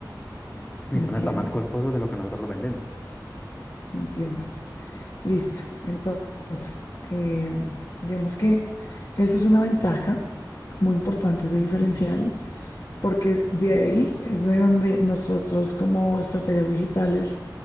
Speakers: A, on the left; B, on the left.
A: y son
B: Entiendo,
A: hasta más costosos de lo que nosotros los vendemos,
B: entiendo. Listo. Entonces, eh, digamos que esa es una ventaja muy importante, ese diferencial, porque de ahí es de donde nosotros como estrategas digitales